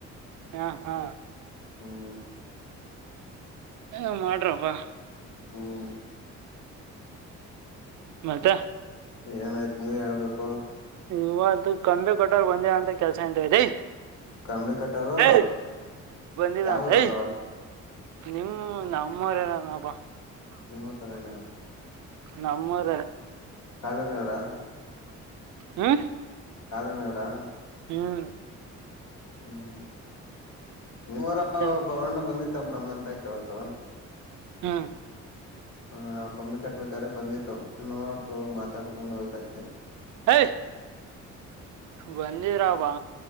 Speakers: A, on the right (about 70°); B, on the left (about 75°).
A: ಹಾ ಹಾ
B: ಹ್ಮ್
A: ಏನೋ ಮಾಡ್ರಪ್ಪ
B: ಹ್ಮ್
A: ಮತ್ತೆ
B: ಮತ್ <unintelligible> ನೀವೇ ಹೇಳ್ಬೇಕು.
A: ಇವತ್ತು ಕಂಬಿ ಕೊಟ್ಟೋದ್ ಒಂದೇ ಅಂತ ಕೆಲ್ಸ ಎಂತ ದೇ
B: ಕಂಬಿ ಕಟ್ಟೋರು
A: ಹೇ ಬಂದಿಲ್ಲಂತ್
B: ಯಾವೂರವ್ರು
A: ಹೆ ನಿಮ ನಮ್ಮರೆಲ್ಲನಪಾ.
B: ನಿಮ್ಮ ಕಡೆನಾ.
A: ನಮ್ಮೂದ್ರ.
B: ಕಾಲೋನವರಾ.
A: ಹ್ಮ
B: ಕಾಲನವರಾ.
A: ಹ್ಮ್
B: ಹ್ಮ್ ನಿಮ್ಮವರ
A: ಅದ್-
B: ಬವಣ್ಣ ಬಂದಿತ್ತು. <unintelligible>
A: ಹ್ಮ
B: ಹ್ಮ ನಾವ್ ಕಮ್ಮಿ ಕಟ್ಬೇಕಾದ್ರೆ ಬಂದಿತು ನೋಡ್ತು ಮಾತಾಡದೋಯ್ತು ಅಷ್ಟೇ.
A: ಯ್ ಬಂದಿರಲ್ಲವಾ